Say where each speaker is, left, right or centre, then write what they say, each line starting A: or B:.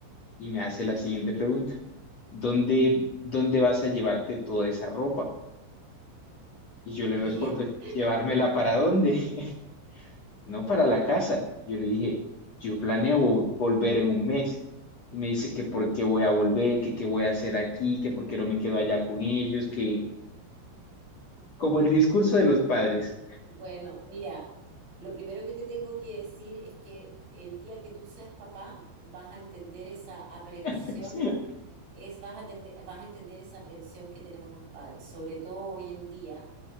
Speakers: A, on the left (about 40°); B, on the right (about 80°).
A: y me hace la siguiente pregunta, ¿dónde, dónde vas a llevarte toda esa ropa?
B: ok.
A: Y yo
B: <laughs>
A: le respondo, ¿llevármela para dónde? <laughs> no para la casa. Yo le dije, yo planeo vo- volver en un mes. Y me dice que por qué voy a volver, que qué voy a hacer aquí, que por qué no me quedo allá con ellos, que como el discurso de los padres.
B: Bueno, mira, lo primero que te tengo que decir es que el día que tú seas papá vas a entender esa aprensión,
A: <laughs>
B: es, vas a tende- vas a entender esa aprensión que tenemos los padres, sobre todo hoy en día,